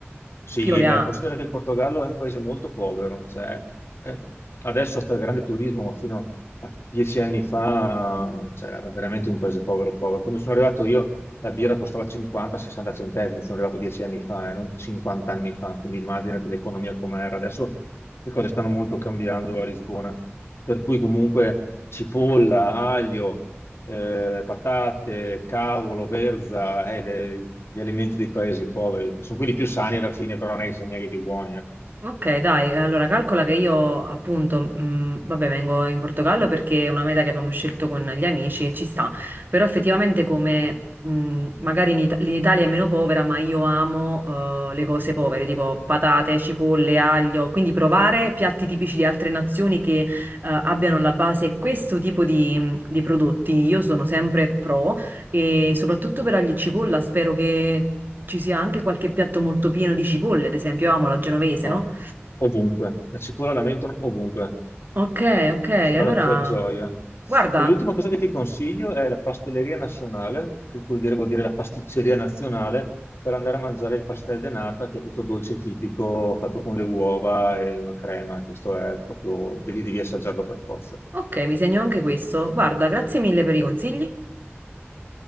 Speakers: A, on the left (about 65°); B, on the right (about 45°).
A: Sì,
B: chi o le
A: beh,
B: ha?
A: considera che il Portogallo è un paese molto povero, cioè, eh, adesso sta il grande turismo, ma fino a dieci anni fa, cioè, era veramente un paese povero, povero. Quando sono arrivato io, la birra costava 50-60 centesimi, sono arrivato dieci anni fa e non 50 anni fa, quindi immaginati l'economia com'era. Adesso le cose stanno molto cambiando a Lisbona, per cui comunque cipolla, aglio, eh, patate, cavolo, verza, eh, le- gli alimenti dei paesi poveri, che sono quelli più sani alla fine, però non è che siano neanche i più buoni, ecco.
B: Ok, dai, allora calcola che io appunto, mh, vabbè, vengo in Portogallo perché è una meta che abbiamo scelto con gli amici e ci sta, però effettivamente come mh, magari in, It- l'Italia è meno povera, ma io amo eh, le cose povere, tipo patate, cipolle, aglio, quindi provare piatti tipici di altre nazioni che eh, abbiano alla base questo tipo di, di prodotti, io sono sempre pro. E soprattutto per aglio e cipolla spero che ci sia anche qualche piatto molto pieno di cipolle, ad esempio, io amo la genovese,
A: No,
B: no?
A: ovunque. La cipolla la mettono ovunque.
B: Ok, ok,
A: Sarà
B: allora,
A: la tua gioia.
B: guarda,
A: E l'ultima cosa che ti consiglio è la pastelleria nazionale, che vuol dire, vuol dire la pasticceria nazionale, per andare a mangiare il pastel de nata, che è questo dolce tipico fatto con le uova e una crema. Questo è proprio, devi, devi assaggiarlo per forza.
B: ok, mi segno anche questo. Guarda, grazie mille per i consigli.